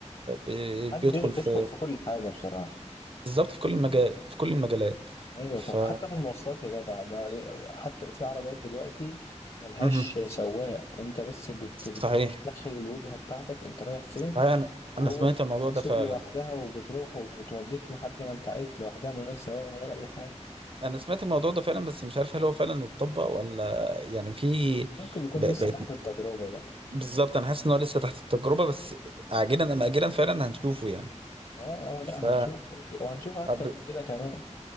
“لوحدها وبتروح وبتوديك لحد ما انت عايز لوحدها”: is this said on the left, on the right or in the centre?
Left